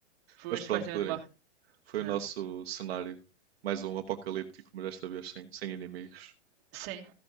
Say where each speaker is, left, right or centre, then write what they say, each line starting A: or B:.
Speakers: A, on the right (about 35°); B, on the right (about 60°).
A: Foi
B: Mas
A: um supostamente
B: pronto, Pedrinho,
A: morre.
B: foi
A: Não.
B: o nosso cenário. Mais um apocalíptico, mas desta vez sem, sem inimigos.
A: Sim.